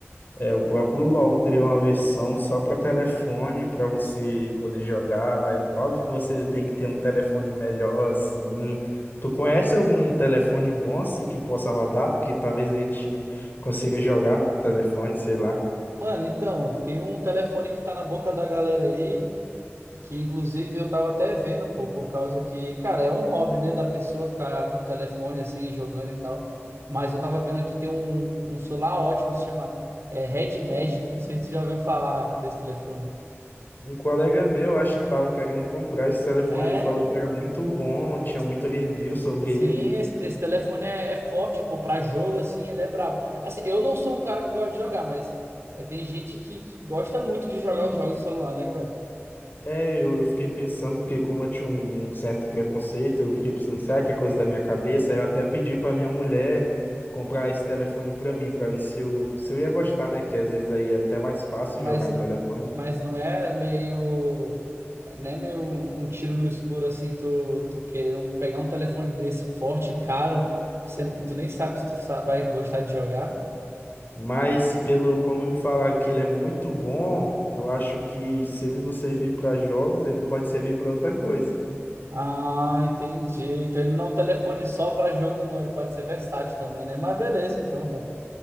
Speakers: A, on the left; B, on the right.
A: É, o próprio LoL criou uma versão só para telefone, para você poder jogar. É óbvio que você tem que ter um telefone melhor, assim. Tu conhece algum telefone bom, assim, que possa rodar? Porque talvez a gente consiga jogar no telefone, sei lá.
B: Mano, então, tem um telefone que tá na boca da galera aí. Que inclusive eu tava até vendo, pô, por causa que, cara, é um hobby, né, da pessoa ficar com o telefone assim, jogando e tal. Mas eu tava vendo que tem um, um celular ótimo, se chama é, Red Magic. Não sei se você já ouviu falar desse telefone.
A: Um colega meu, acho que estava querendo comprar esse telefone,
B: É,
A: ele falou que era muito bom, tinha
B: es-
A: muito review sobre
B: sim,
A: ele.
B: esse, esse telefone é, é forte, pô, pra jogo assim, ele é brabo. Assim, eu não sou um cara que gosta de jogar, mas é, tem gente que, que gosta muito de jogar os jogos do celular, né, cara?
A: É, eu, eu fiquei pensando, porque como eu tinha um, um certo preconceito, eu fiquei pensando, será que é coisa da minha cabeça? Aí eu até pedi pra minha mulher comprar esse telefone pra mim, pra ver se eu, se eu ia gostar, né? Que às vezes aí é até mais fácil
B: Mas,
A: jogar no telefone.
B: mas não é meio. né meio um tiro no escuro assim, tu, tu querer um- pegar um telefone desse forte, caro, sendo que tu nem sabe se tu sa- vai gostar de jogar.
A: Mas pelo como me falaram que ele é muito bom, eu acho que se ele não servir pra jogos, ele pode servir pra outra coisa.
B: Ah, entendi. Então ele não é um telefone só para jogo, não. Ele pode ser versátil também, né? Mas beleza, então, velho.